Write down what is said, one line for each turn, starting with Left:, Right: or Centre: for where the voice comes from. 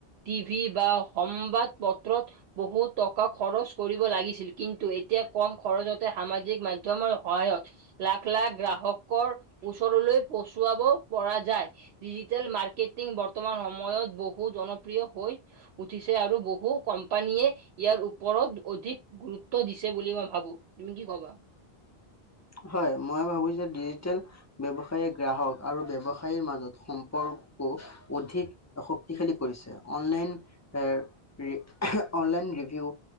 Right: টিভি বা সংবাদ পত্ৰত বহুত টকা খৰচ কৰিব লাগিছিল, কিন্তু এতিয়া কম খৰচতে সামাজিক মাধ্যমৰ সহায়ত লাখ, লাখ গ্ৰাহকৰ ওচৰলৈ চুৱাব পৰা যায় ডিজিটেল মাৰ্কেটিং বৰ্তমান সময়ত বহু জনপ্ৰিয় হৈ উঠিছে আৰু বহু কোম্পানীয়ে ইয়াৰ ওপৰত অধিক গুৰুত্ব দিছে বুলি মই ভাবোঁ, তুমি কি কবা?
Left: হয়, মই ভাবোঁ যে ডিজিটেল <unintelligible> ব্যৱসায়ে গ্ৰাহক আৰু ব্যৱসায়ৰ মাজত সম্পৰ্ক অধিক শক্তিশালী কৰিছে online online review